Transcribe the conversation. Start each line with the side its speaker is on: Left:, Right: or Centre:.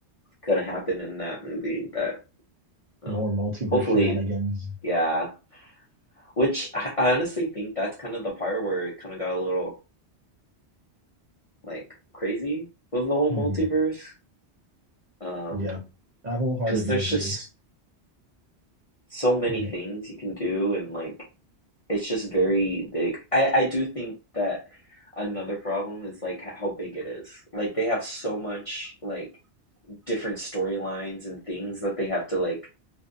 Left: gonna happen in that movie that, well,
Right: more multiverse
Left: hopefully,
Right: shenanigans.
Left: yeah. Which I I honestly think that's kind of the part where it kind of got a little like crazy with the whole
Right: hmm
Left: multiverse. Um,
Right: Yeah, I wholeheartedly
Left: because there's
Right: agree.
Left: just so many
Right: Yeah,
Left: things you can do, and like it's just very big. I I do think that another problem is like how big it is. Like they have so much like different storylines and things that they have to like